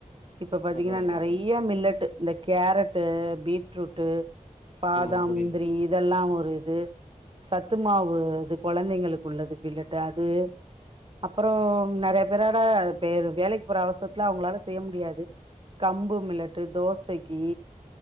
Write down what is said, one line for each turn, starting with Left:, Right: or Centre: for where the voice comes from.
Right: இப்ப பாத்தீங்கன்னா
Left: அதா அதா
Right: நெறைய
Left: தோழி
Right: மில்லட்டு இந்த கேரட்டு பீட்ரூட்டு பாதம்
Left: ம் புரியுது
Right: முந்திரி
Left: தோழி
Right: இதெல்லா ஒரு இது சத்து மாவு இது கொழந்தைங்களுக்கு உள்ளது பிள்ளட்டு அது அப்புற நெறைய பேரால வேலைக்கு போற அவசரத்துல அவங்களால செய்ய முடியாது கம்பு மிலட்டு தோசைக்கு